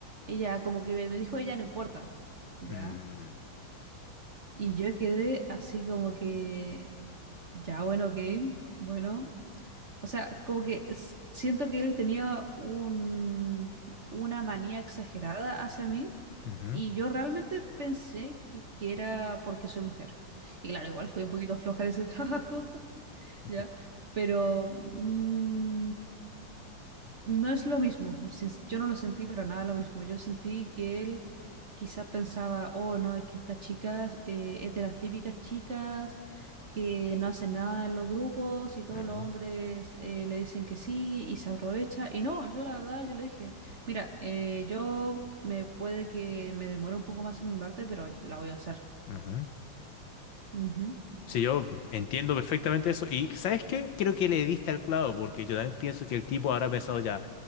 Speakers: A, on the right; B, on the left.
A: ella como que me me dijo, ella no importa, ¿ya?
B: Mm,
A: Y yo quedé así como que, ya, bueno, ok, bueno. O sea, como que s- siento que él tenía un, una manía exagerada hacia mí
B: ujú,
A: y yo realmente pensé que, que era porque soy mujer. Y claro, igual fui un poquito floja en ese <laughs> trabajo,
B: ujú,
A: ¿ya? Pero mm, no es lo mismo. sin- Yo no lo sentí para nada lo mismo. Yo sentí que él quizás pensaba, oh, no, es que estas chicas eh, es de las típicas chicas que no hacen nada en los grupos y todos
B: ujú,
A: los hombres eh, le dicen que sí y se aprovecha. Y no, yo la verdad, yo le dije, mira, eh, yo me puede que me demore un poco más en mi parte, pero la voy a hacer.
B: ujú.
A: Ujú,
B: Sí, yo entiendo perfectamente eso. Y ¿sabes qué? Creo que le diste al clavo, porque yo también pienso que el tipo habrá pensado ya,